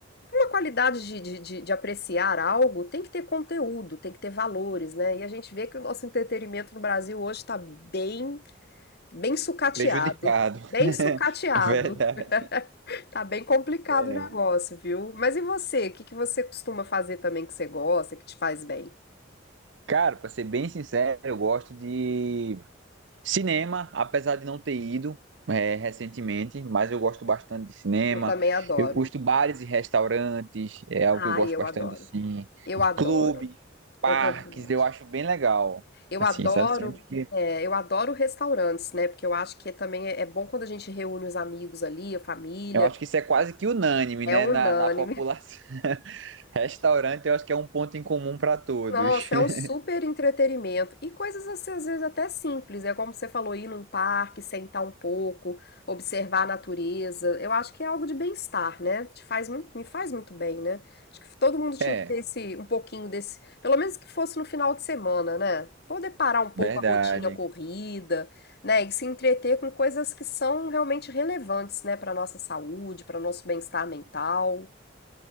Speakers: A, on the left; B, on the right.
A: Uma qualidade de, de, de, de apreciar algo tem que ter conteúdo, tem que ter valores, né? E a gente vê que o nosso entretenimento no Brasil hoje está bem, bem sucateado.
B: Prejudicado.
A: Bem
B: <laughs>
A: sucateado.
B: Verdade.
A: Tá bem complicado
B: É.
A: o negócio, viu? Mas e você? O que que você costuma fazer também que você gosta, que te faz bem?
B: Cara, pra ser bem sincero, eu gosto de Cinema, apesar de não ter ido é, recentemente, mas eu gosto bastante de cinema.
A: Eu também adoro.
B: Eu curto bares e restaurantes, é algo que eu
A: Ai,
B: gosto bastante
A: eu adoro.
B: assim.
A: Eu adoro.
B: Clube, parques,
A: É verdade.
B: eu acho bem legal.
A: Eu
B: Assim,
A: adoro,
B: sabe? Sempre que.
A: é, eu adoro restaurantes, né? Porque eu acho que também é é bom quando a gente reúne os amigos ali, a família.
B: Eu acho que isso é quase que unânime,
A: É
B: né?
A: unânime.
B: Na, na população. <laughs> Restaurante, eu acho que é um ponto em comum para todos.
A: Nossa,
B: <laughs>
A: é um super entretenimento. E coisas assim, às vezes até simples. É como você falou, ir num parque, sentar um pouco, observar a natureza. Eu acho que é algo de bem-estar, né? Te faz, mu- me faz muito bem, né? Acho que todo mundo tinha
B: É,
A: que ter esse, um pouquinho desse, pelo menos que fosse no final de semana, né? Poder parar um pouco
B: verdade,
A: a rotina corrida, né? E se entreter com coisas que são realmente relevantes, né? Para nossa saúde, para nosso bem-estar mental.